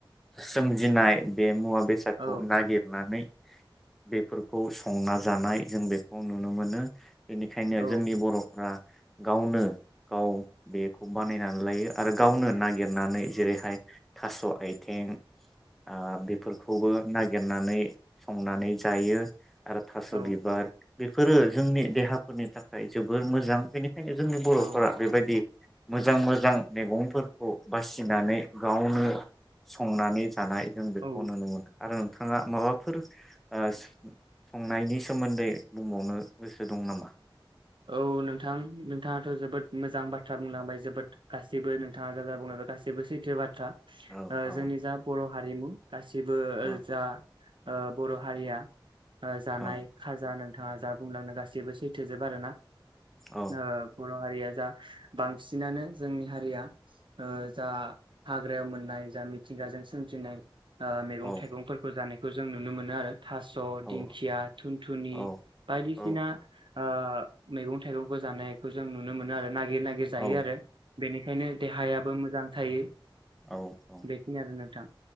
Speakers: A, in the centre; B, on the right.
A: सोमजिनाय बे मुवा बेसादखौ
B: औ
A: नागिदनानै बेफोरखौ संना जानाय जों बेखौ नुनो मोनो। बेनिखायनो
B: औ
A: जोंनि बर फ्रा गावनो गाव बेखौ बानायनानै लायो आरो गावनो ना गिरनानै जेरैहाय थास आइथिं ओ बेफोरखौबो नागिर नागिरनानै संनानै जायो। आरो थास
B: औ
A: बिबार बेफोरो जोंनि देहाफोरनि थाखाय जोबोर मोजां बेनिख खायनो जोंनि बर
B: औ
A: फोरा बेबायदि मोजां मज मोजां मैगंफोरखौ बासिनानै गावनो संनानै जानाय जों बेखौ
B: औ
A: नुनो मोनो। आरो नोंथाङा माबाफोर संनायनि सोमोन्दै बुंबावनो गोसो दं नामा?
B: औ नोंथां नोंथाङाथ जोबोद मोजां बाथ्रा बुंलांबाय जोबोद गासैबो नोंथाङा जाबाय बुंलबाय गाैबो सैथो बाथ्रा।
A: औ
B: ओ
A: औ
B: जोंनि जा बर हारिमु गासिबो
A: औ
B: जा ओ बर हारिया जानाय
A: औ
B: खाजा नों थाङा जा बुंलांनो गासैबो सैथोजोब आरो ना?
A: औ
B: ओ फुरन हारिया जा बांसिनानो जोंनि हारिया जा ओ हाग्रायाव मोननाय जा मिथिंगाजों सोमजिनाय ओ मैगं
A: औ
B: थाइगंफोरखौ जानि खो जों नुनो मोनो आरो। थास
A: औ
B: दिंखिया थुनथुनि
A: औ
B: बायदिसिना
A: औ
B: ओ मैगं थाइगंफोर जानायखौ जों नुनो मोनो आरो नाय गिर नागिर जायो
A: औ
B: आरो बेनिखायनो देहायाबो मोजां थायो
A: औ औ
B: बेखिनि आरो नोंथां